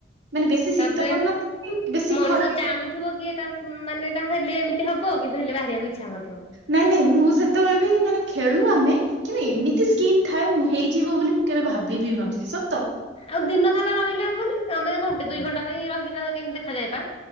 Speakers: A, on the right; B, on the left.
A: ମାନେ ବେଶୀ
B: ତାପରେ
A: ଶୀତ ପଡୁନଥାଏ କି ବେଶୀ
B: ମଣିଷ
A: ଖରା
B: ଜାଣୁଥିବ କି ଏଟା ଉ ମାନେ ଏଟା ହେଲେ ଏମିତି ହବ କିନ୍ତୁ ହେଲେ ବାହାରିବାକୁ ଇଛା ହେଉନଥିବ।
A: ନାଇଁ ନାଇଁ ମୁଁ ସେତେବେଳେ ବି ମାନେ ଖେଳୁ ଆମେ କିନ୍ତୁ ଏମିତି ସ୍କିନ୍ ଥାଏ ମୁଁ ହେଇଯିବ ବୋଲି ମୁଁ କେବେ ଭାବିି ବି ନଥିଲି ସତ।
B: ଆଉ ଦିନ ସାରା ରହିଲେ ହବନି ଆମେ ଘଣ୍ଟେ ଦୁଇ ଘଣ୍ଟା ପାଇଁ ରହିକିନା କେମିତି ଦେଖା ଯାଏ ପା।